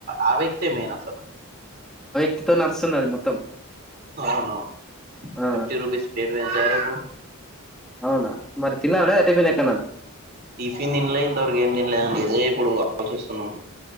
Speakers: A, on the right; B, in the centre.
A: ఆ వ్యక్తే మెయిన్ అసలు
B: <unintelligible> మొత్తం
A: అవును
B: ఆ,
A: ఫిఫ్టీ రూపీస్ ప్లేట్ పెంచారు అ
B: అవునా మరి తిన్నారా లేదా టిఫిన్ ఎక్కన్నన్నా
A: టిఫిన్ తిన్లే ఇంతవరకు ఏం తిన్లేదండి అదే ఇప్పుడు ఆలోచిస్తున్నాం